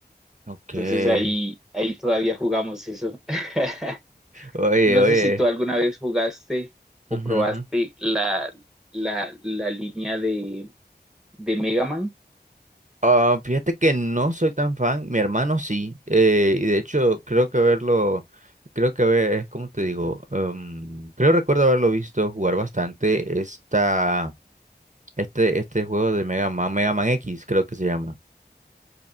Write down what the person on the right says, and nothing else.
Ok.
Oye,
oye.
Ujú,
ujú.
Ah, fíjate que no soy tan fan, mi hermano sí, eh, y de hecho creo que verlo, creo que ver, es como te digo, Em, creo recuerdo haberlo visto jugar bastante esta. Este, este juego de Mega Man, Mega Man X, creo que se llama.